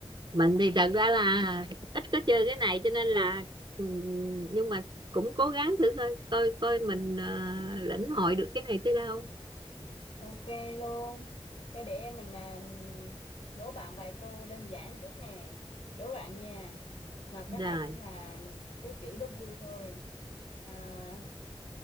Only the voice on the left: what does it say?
Ok luôn. Thế để mình à, đố bạn vài câu đơn giản trước nè. Đố bạn nha. Mà cái
này cũng là đố chữ đố vui thôi. À,